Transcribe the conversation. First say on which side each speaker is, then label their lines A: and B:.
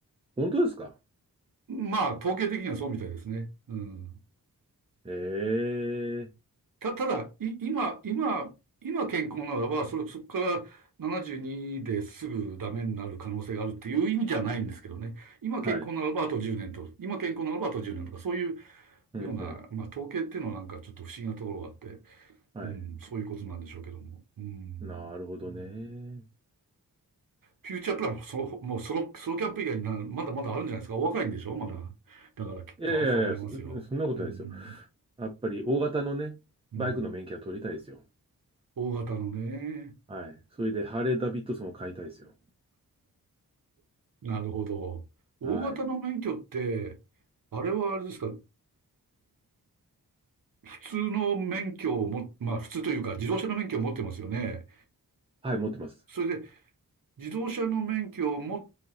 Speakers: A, on the right; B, on the right.
A: 本当ですか
B: まあ、統計的にはそうみたいですね。うん。
A: ええ
B: た、ただ、い、今、今、今健康ならば、それ、そこから72ですぐダメになる可能性があるっていう意味じゃないんですけどね。今健康ならばあと10年と、
A: はい。
B: 今健康ならばあと1年とか、そういう
A: うんうん。
B: ような、まあ統計っていうのはなんかちょっと不思議なところがあって、
A: はい。
B: うん、そういうことなんでしょうけども。うん。
A: なるほどね。
B: うんフューチャープランも、そ、もうソロ、ソロキャンプ以外にな、まだまだあるんじゃないですか。お若いんでしょまだ。だからきっとあると思いますよ。
A: いやいやいや、そ、そんなことないですよ。
B: うん。
A: やっぱり大型のね、
B: うん。
A: バイクの免許は取りたいですよ。
B: 大型のね。
A: はい。それで、ハーレー・ダビッドソンを買いたいですよ。
B: なるほど。大型の免許って、
A: はい。
B: あれはあれですか、ん普通の免許をも、まあ普通というか自動車の免許を持ってますよね。
A: はい、持ってます。
B: それで自動車の免許を持っ